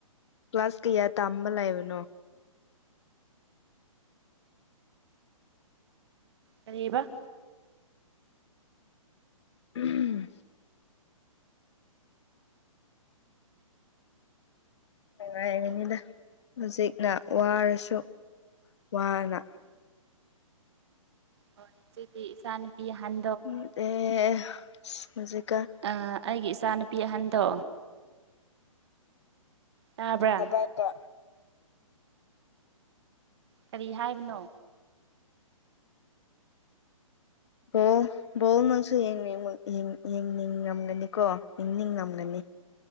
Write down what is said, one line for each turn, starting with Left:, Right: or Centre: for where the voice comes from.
Left: ꯀ꯭ꯂꯥꯁ ꯀꯌꯥ ꯇꯥꯝꯕ ꯂꯩꯕꯅꯣ
Right: ꯀꯔꯤꯕ
Left: ꯎꯝ ꯅꯨꯡꯉꯥꯏꯔꯅꯤꯗ ꯍꯧꯖꯤꯛꯅ ꯋꯥꯔꯁꯨ ꯋꯥꯅ
Right: ꯐꯣꯟꯖꯤꯗꯤ ꯏꯆꯥ ꯅꯨꯄꯤ ꯍꯟ
Left: <unintelligible> ꯍꯧꯖꯤꯀꯥꯟ
Right: ꯑꯥ ꯑꯩꯒꯤ ꯏꯆꯥꯅꯨꯄꯤ ꯑꯍꯟꯗꯣ ꯇꯥꯕ꯭ꯔꯥ
Left: ꯇꯗꯇ
Right: ꯀꯔꯤ ꯍꯥꯏꯕꯅꯣ
Left: ꯑꯣ ꯕꯣꯜ ꯅꯪꯁꯨ ꯌꯦꯡꯅꯤꯡꯃ ꯌꯦꯡ ꯌꯦꯡꯅꯤꯡꯉꯝꯒꯅꯤꯀꯣ ꯌꯦꯡꯅꯤꯡꯉꯝꯒꯅꯤ